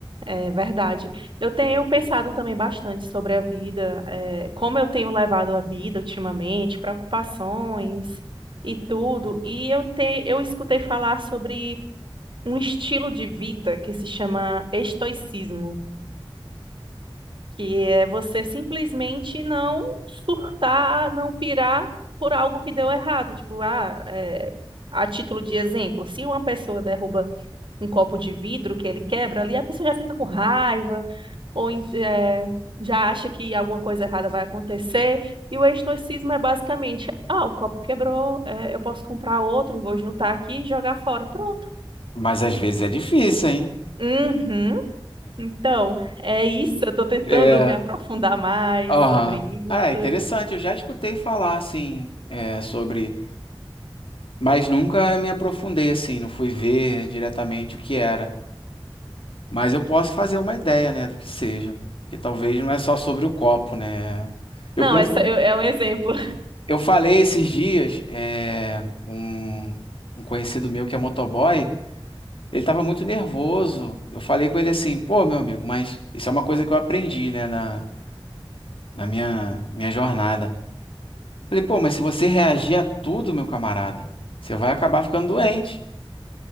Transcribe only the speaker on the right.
é verdade. Eu tenho pensado também bastante sobre a vida, é, como eu tenho levado a vida ultimamente, preocupações e tudo. E eu te, eu escutei falar sobre um estilo de vida que se chama estoicismo. que é você simplesmente não surtar, não pirar por algo que deu errado. Tipo, ah, é, a título de exemplo, se uma pessoa derruba um copo de vidro que ele quebra ali, a pessoa já fica com raiva, ou en- é, já acha que alguma coisa errada vai acontecer. E o estoicismo é basicamente, ah, o copo quebrou, é, eu posso comprar outro, vou juntar aqui e jogar fora. Pronto.
Uhum. Então, é isso. Eu estou tentando
me aprofundar mais
sobre isso.
Não,
essa eu- é um exemplo.